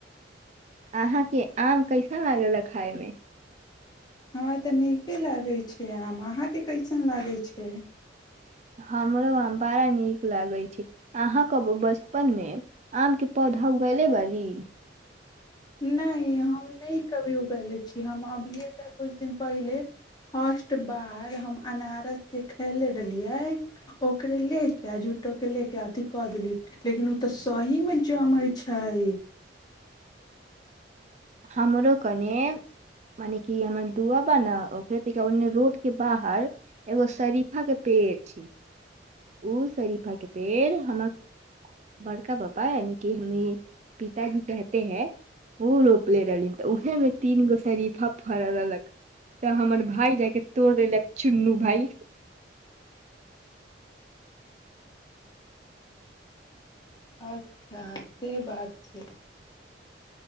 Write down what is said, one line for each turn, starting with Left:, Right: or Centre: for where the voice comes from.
Right: अहाँके आम कैसन लागल ह खायमे
Left: हमरा तऽ नीके लागै छै आम अहाँके कैसन लागै छै
Right: हमरो आम बड़ा नीक लागै छै अहाँके बचपनमे आमके पौधा उगले बाली
Left: नहि हम नहि कभी उगले छी हम अभिये तऽ किछु दिन पहिले फर्स्ट बार हम अनारस जे खयले रहलियै ओकरे लऽ कऽ आ जूटोकेँ लऽ कऽ अथि कऽ देलियै लेकिन ओ तऽ सहीमे जमै छै
Right: हमरो कने मने कि हमर दआ बा ने ओकरेने रोड के बाहर एगो शरीफा के पेड़ छै ओ शरीफा के पेड़ हमर बड़का बाबा यानि कि हमी पिताजी कहते हैं प्लेर रहल तऽ उह मे तीन गो साड़ी फरऽ दक तऽ हमर भाय लाक तोड़ दक चुन्नू भाय
Left: ह से बात छै